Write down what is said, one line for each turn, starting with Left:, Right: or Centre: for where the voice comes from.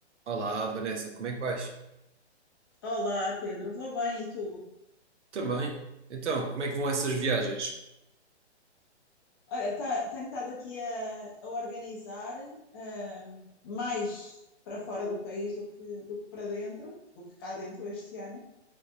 Right: Olá, Vanessa, como é que vais?
Left: Olá, Pedro, vou bem e tu?
Right: Também. Então, como é que vão essas viagens?
Left: Olha, tá- tenho estado aqui a, a organizar eh, mais para fora do país do que, do que para dentro, do que cá dentro este ano.